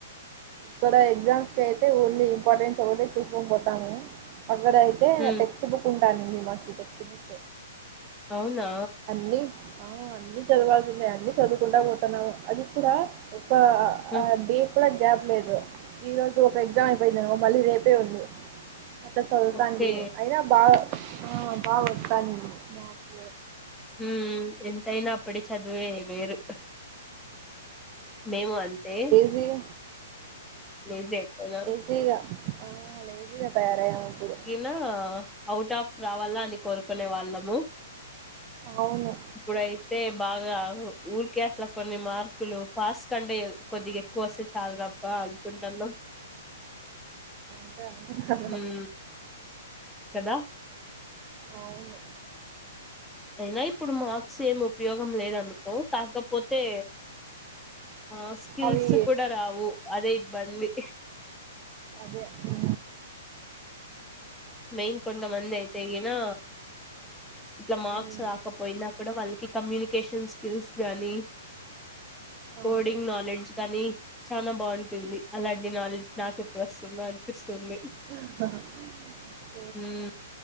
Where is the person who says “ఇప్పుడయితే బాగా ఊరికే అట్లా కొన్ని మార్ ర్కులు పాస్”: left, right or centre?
Centre